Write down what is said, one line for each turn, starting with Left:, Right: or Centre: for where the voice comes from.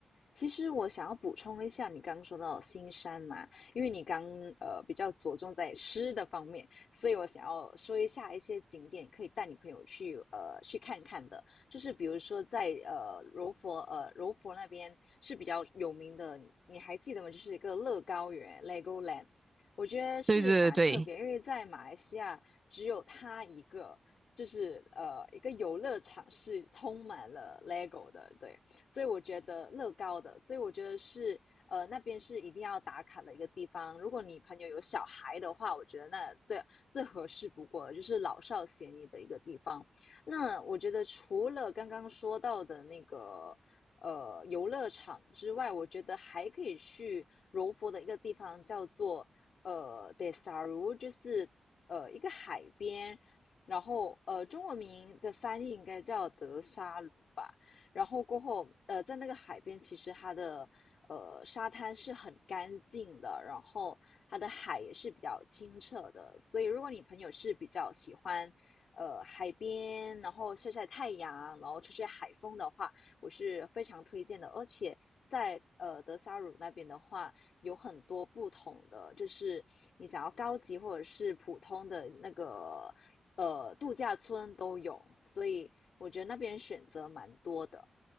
Left: 其实我想要补充一下，你刚刚说到新山嘛，因为你刚呃比较着重在吃的方面，所以我想要说一下一些景点可以带你朋友去呃去看看的，就是比如说在呃柔佛呃柔佛那边是比较有名的，你还记得吗？就是一个乐高园 （Legoland），我觉得是蛮特别，
Right: 对对对对，
Left: 因为在马来西亚只有它一个。就是呃，一个游乐场是充满了 LEGO 的，对，所以我觉得乐高的，所以我觉得是呃那边是一定要打卡的一个地方。如果你朋友有小孩的话，我觉得那最最合适不过了，就是老少咸宜的一个地方。那我觉得除了刚刚说到的那个。呃，游乐场之外，我觉得还可以去柔佛的一个地方，叫做呃 d e s a r u 就是呃一个海边，然后呃中文名的翻译应该叫德沙鲁吧。然后过后，呃，在那个海边，其实它的呃沙滩是很干净的，然后它的海也是比较清澈的。所以，如果你朋友是比较喜欢呃海边，然后晒晒太阳，然后吹吹海风的话，我是非常推荐的。而且在呃德萨鲁那边的话，有很多不同的，就是你想要高级或者是普通的那个。呃，度假村都有，所以我觉得那边选择蛮多的。